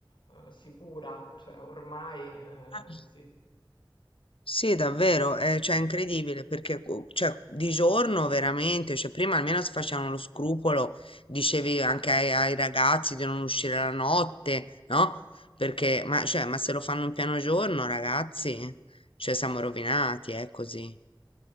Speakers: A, on the left (about 60°); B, on the left (about 90°).
A: eh, sicura, cioè ormai eh,
B: Eh.
A: si,
B: Sì, davvero, eh, cioè è incredibile perché co- cioè, di giorno veramente, cioè, prima almeno si facevano lo scrupolo, dicevi anche ai, ai ragazzi di non uscire la notte, no? Perché, ma, cioè, ma se lo fanno in piano giorno, ragazzi, cioè siamo rovinati, è così.